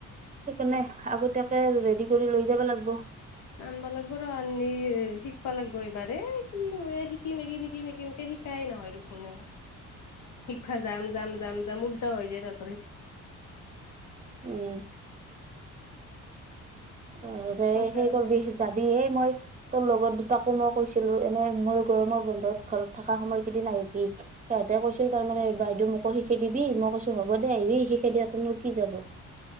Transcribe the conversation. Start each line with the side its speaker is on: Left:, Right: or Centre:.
Right: সেইকাৰণে আগ তাকে ৰেডি কৰি লৈ যাব লাগিব।
Left: আনবা লাগিব ৰ আননি শিকবা লাগিব এইবাৰ কিন শিকিম শিকিম শিকিম শিকিম শিকাই নহয় দেখুনে শিকবা যাম যাম যাম যাম উল্টা হৈ যায় ৰ।
Right: উম। অ
Left: সেইকাৰণে
Right: সেই কৰিবি যাবি এই মই তোৰ লগত দুটাকো মোক। কৈছিলো এনে মই গৰমৰ বন্ধত ঘৰত থকা সময় কেইদিন আহিবি সিহঁতে কৈছিল তাৰমানে বাইদেউ মোকো শিকি দিবি মই কৈছো হ'ব দে আহিবি শিকাই দিয়াতনো কি যাব।